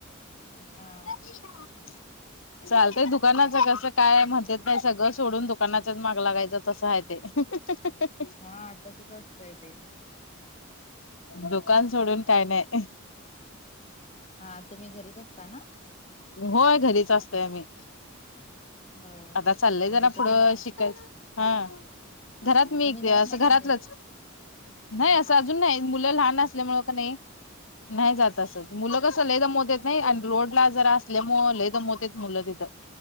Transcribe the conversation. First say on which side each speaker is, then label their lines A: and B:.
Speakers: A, on the left (about 30°); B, on the left (about 65°).
A: हा.
B: <inaudible> चालतय दुकानाचं कसं काय, म्हणतेत सगळं सोडून दुकानाचाच माग लागायचं तसं आहे ते. <inaudible>
A: हा तसच असतंय ते.
B: दुकान सोडून काय नाय.
A: हा तुम्ही घरीच असता ना.
B: होय घरीच असतोय मी,
A: होय
B: आता चाललय
A: म्हणजे
B: जरा
A: तुम्ही
B: पुढं
A: जा
B: शिक तेच हा. घरात मी
A: तुम्ही जात
B: असं
A: नाही का
B: घरातलंच,
A: म्हणजे
B: नाही
A: हा
B: असं
A: हा
B: अजून नाही. मुलं लहान असल्यामुळ का नाही. नाही जात अस, मुलं कस लई मोठेत नाही, आणि रोडला जर अस असल्यामु लई दमवत्यात मुलं, तिथं